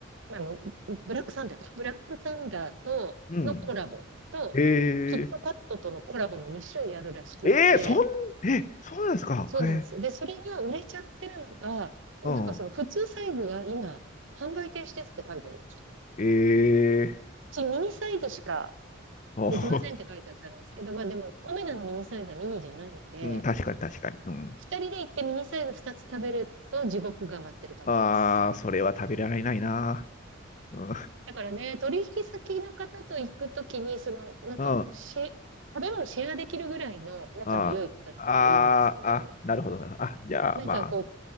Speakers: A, on the right; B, on the left.
A: あの、ブラックサンダーか。ブラックサンダーとのコラボと、
B: うん。
A: キットカットとのコラボの2種類あるらしくって、
B: えええーえーそん、え、そうなんですか。
A: そうなんですよ。
B: ええ
A: で、それが売れちゃってるのが、
B: うん。
A: なんかその普通サイズが今、販売停止ですって書いてありました。う
B: ええ
A: ちミニサイズしか
B: あ
A: できませんって書いてあったんですけど、まあでも、オメダのミニサイズはミニじゃないので、
B: <laughs> うん、確かに確かに。うん。
A: 二人で行ってミニサイズ二つ食べると地獄が待ってる感じです。
B: ああ、それは食べられないな。うん。
A: だからね、取引先の方と行くときに、その、なんかこう、
B: うん。あ
A: し、食べ物シェアできるぐらいの仲の良い方だったらいいんですけど、
B: あ、ああ、なるほどなるほど。あ、じゃあ、
A: なんかこう、
B: まあ、